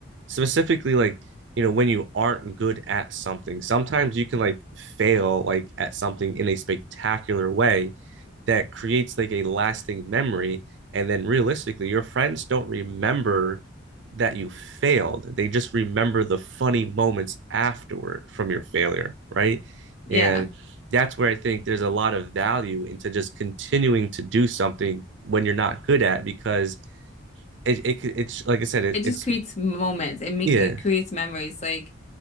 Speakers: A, on the right; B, on the left.
A: specifically, like, you know, when you aren't good at something, sometimes you can like fail like at something in a spectacular way that creates like a lasting memory. And then realistically, your friends don't remember that you failed. They just remember the funny moments afterward from your failure, right?
B: yeah
A: And that's where I think there's a lot of value into just continuing to do something when you're not good at because it, it it's like I said, it,
B: it just
A: it's
B: creates moments it, ma-
A: yeah,
B: it creates memories like